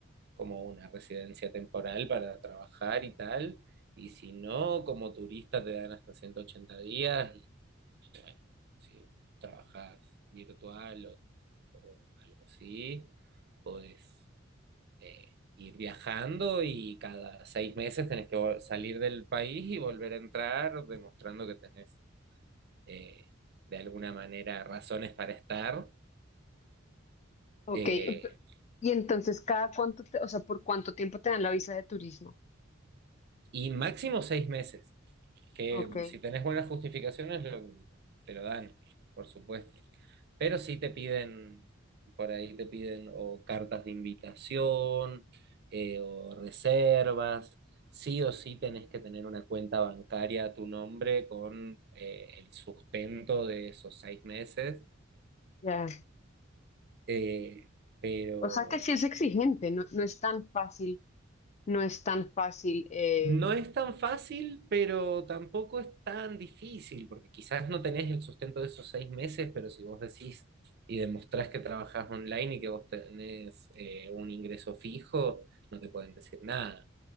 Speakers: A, on the right (about 55°); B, on the left (about 35°).
A: como una residencia temporal para trabajar y tal, y si no, como turista te dan hasta 180 días y bueno, si trabajás virtual o, o algo así, podés eh, ir viajando y cada seis meses tenés que vol- salir del país y volver a entrar, demostrando que tenés eh, de alguna manera razones para estar,
B: Ok,
A: eh,
B: y entonces cada cuánto, te- o sea, ¿por cuánto tiempo te dan la visa de turismo?
A: y máximo seis meses. que
B: Ok,
A: si tenés buenas justificaciones lo- te lo dan, por supuesto. Pero sí te piden, por ahí te piden o cartas de invitación eh, o reservas. Sí o sí tenés que tener una cuenta bancaria a tu nombre con eh, el sustento de esos seis meses.
B: ya.
A: Eh, pero
B: O sea que sí es exigente, no, no es tan fácil, no es tan fácil, eh,
A: No es tan fácil, pero tampoco es tan difícil, porque quizás no tenés el sustento de esos seis meses, pero si vos decís y demostrás que trabajás online y que vos tenés eh, un ingreso fijo, no te pueden decir nada.